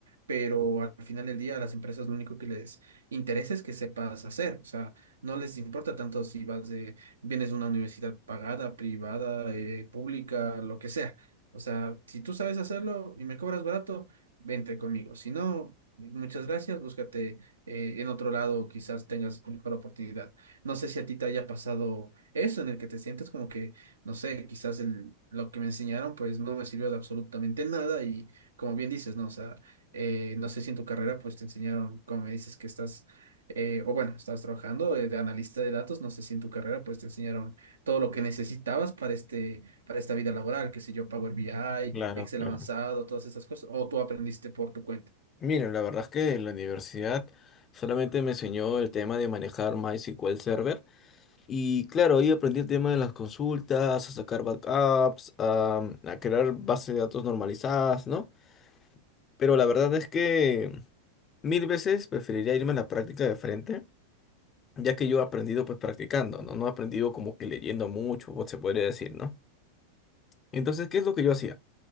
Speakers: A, on the right; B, on the left.
A: pero al final del día a las empresas lo único que les interesa es que sepas hacer, o sea, no les importa tanto si vas de, vienes de una universidad pagada, privada, eh, pública, lo que sea. O sea, si tú sabes hacerlo y me cobras barato, vente conmigo. Si no, muchas gracias, búscate eh, en otro lado, quizás tengas mejor oportunidad. No sé si a ti te haya pasado eso, en el que te sientes como que, no sé, quizás el- lo que me enseñaron pues no me sirvió de absolutamente nada y como bien dices, ¿no? O sea, eh, no sé si en tu carrera pues te enseñaron, como me dices que estás, eh, o bueno, estás trabajando eh, de analista de datos, no sé si en tu carrera pues te enseñaron todo lo que necesitabas para este, para esta vida laboral, qué sé yo, Power BI,
B: Claro,
A: Excel
B: claro.
A: avanzado, todas esas cosas, o tú aprendiste por tu cuenta.
B: Miren, la verdad es que en la universidad solamente me enseñó el tema de manejar MySQL Server y claro, ahí aprendí el tema de las consultas, a sacar backups, a, mm, a crear bases de datos normalizadas, ¿no? Pero la verdad es que mil veces preferiría irme a la práctica de frente, ya que yo he aprendido pues practicando, ¿no? No he aprendido como que leyendo mucho, o se podría decir, ¿no? Entonces, ¿qué es lo que yo hacía?